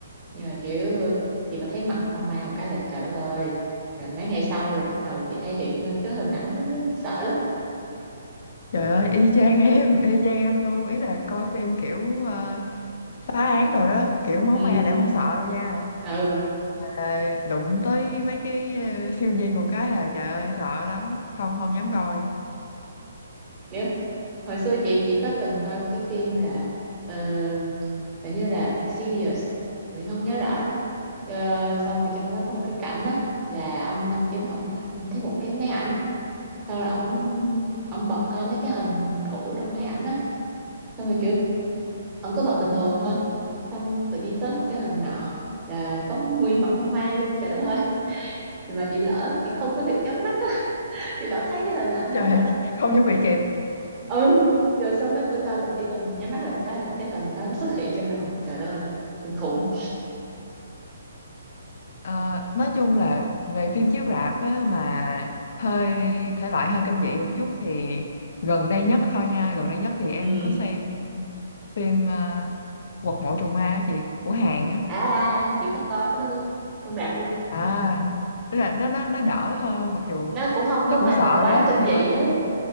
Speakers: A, on the right (about 20°); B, on the left (about 55°).
A: nhưng mà kiểu chị mà thấy mặt con ma một cái là trời đất ơi rồi mấy ngày sau rồi trong đầu chị hay hiện lên cái hình ảnh đó, sợ lắm
B: trời ơi y chang em y chang em luôn ý là coi phim kiểu ờ, phá án rồi đó kiểu máu
A: ừ
B: me là em không sợ đâu nha
A: ừ
B: Ờ, đụng tới mấy cái ờ, siêu nhiên một cái là trời ơi sợ lắm không không dám coi
A: kiểu hồi xưa chị chị có từng coi một cái phim là ờ, hình như là Insidious mình không nhớ rõ lắm Ờ, xong rồi trong đó có một cái cảnh đó là ông nam chính ổng ổng thấy một cái máy ảnh xong rồi ổng ổng bật coi mấy cái hình cũ trong máy ảnh đó xong rồi kiểu ổng cứ bật bình thường thôi xong tự nhiên tới một cái hình nọ là có nguyên mặt con ma luôn trời đất ơi thì mà chị lỡ chị không có kịp nhắm mắt á <laughs> chị lỡ thấy cái hình ảnh
B: trời
A: đó là
B: <laughs> ơi, không chuẩn bị kịp
A: ừ rồi xong mấy bữa sau là chỉ cần nhắm mắt là một cái là cái hình đó nó xuất hiện trong đầu trời đất ơi kinh khủng
B: Ờ, nói chung là về phim chiếu rạp á, mà hơi thể loại hơi kinh dị một chút thì gần đây nhất thôi nha gần đây nhất thì em
A: ừ
B: có xem ờ, phim ờ, Quật mộ trùng ma á chị của Hàn á
A: à, à, à, chị có coi cái đó luôn trong rạp luôn
B: à tức là nó nó nó đỡ hơn mặc dù
A: nó cũng không
B: nó
A: có
B: cũng
A: phải
B: sợ
A: là quá
B: đó
A: kinh
B: nhưng
A: dị
B: mà
A: á
B: nó